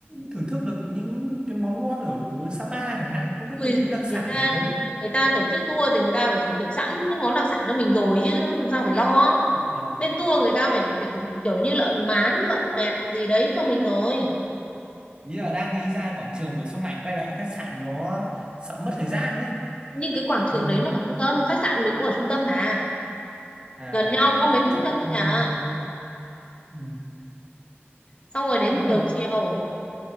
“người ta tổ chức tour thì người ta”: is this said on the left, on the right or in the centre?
Left